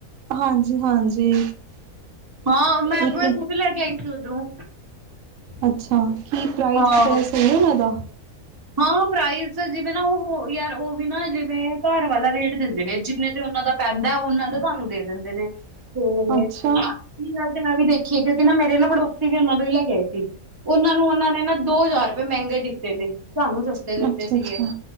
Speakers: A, on the right; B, on the right.
A: ਹਾਂਜੀ ਹਾਂਜੀ।
B: ਹਾਂ ਮੈਂ ਆਪਣੇ
A: ਇੱਕ
B: ਖੁਦ ਲੈਕੇ ਆਈ ਸੀ ਓਧਰੋ।
A: ਅੱਛਾ। ਕੀ ਪ੍ਰਾਈਜ਼
B: ਹਾਂ
A: ਵਗੈਰਾ ਸਹੀ ਉਨਾ ਦਾ?
B: ਹਾਂ ਪ੍ਰਾਈਜ਼ ਜਿਵੇਂ ਨਾ, ਉਹ ਹੋ ਯਾਰ ਉਹ ਵੀ ਨਾ ਜਿਵੇਂ ਘਰ ਵਾਲਾ ਰੇਟ ਦਿੰਦੇ ਨੇ ਜਿੰਨੇ ਤੇ ਉਹਨਾਂ ਦਾ ਪੈਂਦਾ ਏ, ਉਹਨਾਂ ਦਾ ਤੁਹਾਨੂੰ ਦੇ ਦਿੰਦੇ ਨੇ, ਤੇ
A: ਅੱਛਾ
B: ਏਹ ਵੀ ਗੱਲ ਤੇ ਮੈਂ ਵੀ ਦੇਖ ਠੀਕ ਹੈ ਤੇ ਨਾ ਮੇਰੇ ਨਾ ਪੜੋਸੀ ਵੀ ਉਹਨਾਂ ਤੋਂ ਹੀ ਲੈਕੇ ਆਏ। ਠੀਕ, ਉਹਨਾਂ ਨੂੰ ਉਹਨਾਂ ਨੇ ਨਾ, ਦੋ ਹਜ਼ਾਰ ਰੁਪਏ ਮਹਿੰਗੇ ਦਿੱ ਦਿੱਤੇ ਨੇ, ਸਹਾਨੂੰ ਸਸਤੇ ਦਿੱਤੇ
A: ਅੱਛਾ
B: ਸੀਗੇ,
A: ਅੱਛਾ